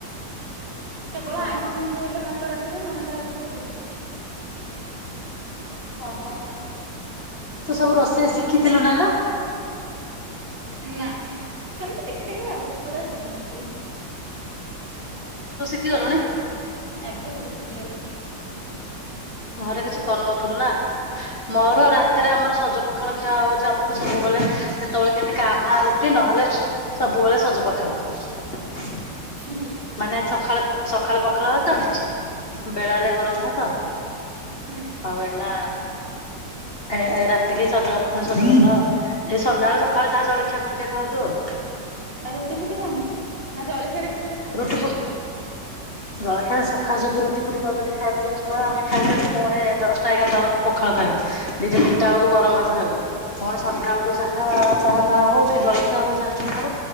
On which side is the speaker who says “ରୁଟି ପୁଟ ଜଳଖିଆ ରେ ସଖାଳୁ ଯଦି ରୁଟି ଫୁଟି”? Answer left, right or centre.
Left